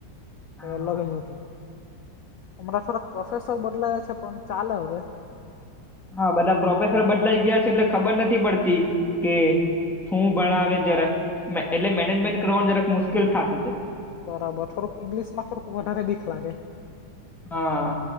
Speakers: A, on the left; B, in the centre.
A: કઈ
B: હા
A: અલગ જ હતી અમના છે ને પ્રોફેસર બદલાયા છે પણ ચાલે હવે.
B: હા બધા પ્રોફેસર બદલાઈ ગયા છે એટલે ખબર નથી પડતી કે શું ભણાવે જરાક એટલે મેનેજમેન્ટ કરવાનું જરાક મુશ્કેલ થતું છે.
A: બરાબર થોડુંક ઈંગ્લિશ માં થોડુક વધારે બીક લાગે.
B: હા.